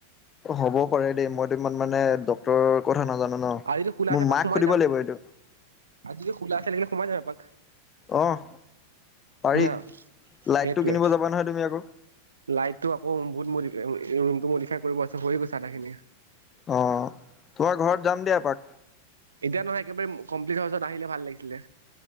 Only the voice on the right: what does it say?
আজি যদি খোলা আছে
এপাক
সোমাই
যাম,
আজি যদি খোলা আছে লাগিলে সোমাই যাম এপাক।
না
সেইটোৱে
লাইটটো আকৌ বহুত মডিফাই ৰুমটো মডিফাই কৰিব আছে হৈ গৈছে আধা খিনি।
এতিয়া নহয় একেবাৰে কমপ্লিট হাউজত আহিলে ভাল লাগিছিলে।